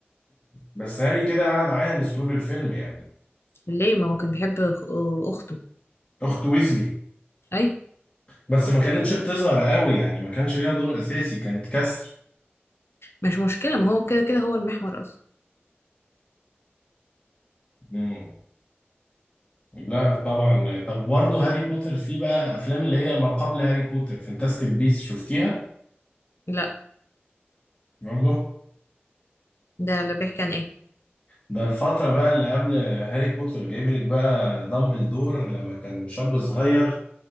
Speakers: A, on the left (about 30°); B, on the left (about 80°).
A: بس هاري كده قعد عانس طول الفيلم يعني
B: ليه ما هو كان بيحب أخ- اخته
A: اخت ويزلي
B: اي
A: بس ما كانتش بتظهر قوي يعني ما كانش ليها دور اساسي كانت كسر
B: مش مشكلة ما هو كده كده هو المحور اصلا
A: مم. لا طبعا طب برضه هاري بوتر فيه بقى افلام اللي هي ما قبل هاري بوتر فانتاستيك بيس شفتيها
B: لا
A: برضه
B: ده اللي بيحكي عن ايه
A: ده الفترة بقى اللي قبل هاري بوتر جايب لك بقى دامبلدور لما كان شاب صغير